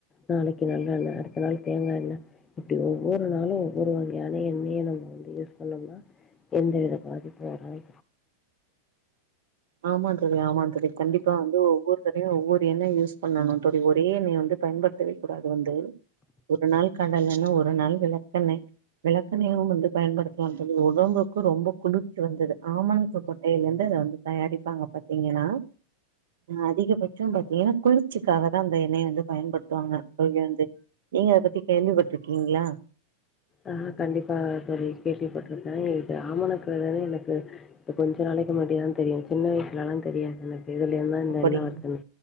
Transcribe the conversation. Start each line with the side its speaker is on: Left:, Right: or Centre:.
Left: நாளைக்கு நல்லெண்ண அடுத்த நாள் தேங்கா எண்ண இப்டி ஒவ்வொரு நாளு ஒவ்வொரு வகையான எண்ணெய நம்ம வந்து யூஸ் பண்ணோம்னா எந்தவித பாதிப்பு வராது
Right: ஆமாந் தோழி ஆமாந் தோழி கண்டிப்பா வந்து ஒவ்வொரு தடவையு ஒவ்வொரு எண்ணெய யூஸ் பண்ணணு தோழி ஒரே எண்ணெய வந்து பயன்படுத் தவே கூடாது வந்து ஒரு நாள் கடலெண்ணெ ஒரு நாள் வெளக்கெண்ணெ வெளக்கெண்ணெயு வந்து பயன்படுத் தனு தோழி உடம்புக்கு ரொம்ப குளிர்ச்சி வந்தது ஆமணக்கு கொட்டையில இருந்து அத வந்து தயாரிப்பாங்க பாத்தீங்கனா அதிகபட்சோ பாத்தீங்கனா குளிர்ச்சிகாக தா அந்த எண்ணெய வந்து பயன்படுத்துவாங்க அதுலேந்து நீங்க அத பத்தி கேள்விபட்ருக்கீங்ளா
Left: ஆ கண்டிப்பா தோழி கேள்விபட்ருக்கே இது ஆமணக்குனாலே எனக்கு இப்ப கொஞ்ச நாளைக்கு முன்னாடி தா தெரியு சின்ன வயசுலலா தெரியாதுல்ல இதுலந்தா இந்த
Right: அப்படியா
Left: எண்ண வர்துனு